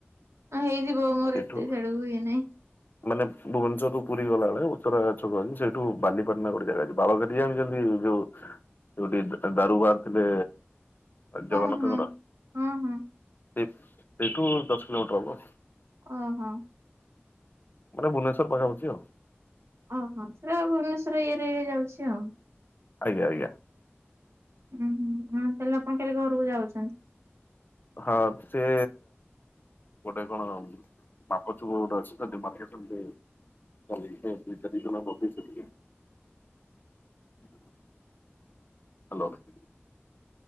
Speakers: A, on the right; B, on the left.
A: ଆ, ହେଇଥିବ ମୋର
B: ସେଇଠୁ
A: ଏତେ ସିଆଡକୁ ଇଏ ନାହିଁ।
B: ମାନେ ଭୁବନେଶ୍ୱର ରୁ ପୁରୀ ଗଲା ବେଳେ। ଉତରା ଛକ ଅଛି ସେଇଠୁ ବାଲିପାଟଣା ଗୋଟେ ଜାଗା ଅଛି ବାଳକାଟି ଜାଣିଛନ୍ତି ଯୋଉ ଯୋଉଠି ଦାରୁବାହାରି ଥିଲେ
A: ହଁ
B: ଜଗନ୍ନାଥଙ୍କର
A: ହଁ। ହଁ ହଁ
B: ସେ ସେଇଠୁ ଦଶ କିଲୋମିଟର ହବ।
A: ଅଁ ହଁ।
B: ମାନେ ଭୁନେଶ୍ୱର ପାଖାପାଖି ଆଉ।
A: ଓହୋ ସେଇଟା ଭୁବନେଶ୍ୱର ଇଏ ରେ ଇ ଯାଉଛି ଆଉ।
B: ଆଜ୍ଞା ଆଜ୍ଞା।
A: ଉୁଁ ହୁଁ ହୁଁ ତାହେଲେ ଆପଣ କାଲି ଘରକୁ ଯାଉଛନ୍ତି।
B: ହଁ ସେ ଗୋଟେ କଣ ମାପଚୁପ୍ ଗୋଟେ ଅଛି ତ ଟି ମାପଚୁପ କୁ <unintelligible> ହ୍ୟାଲୋ।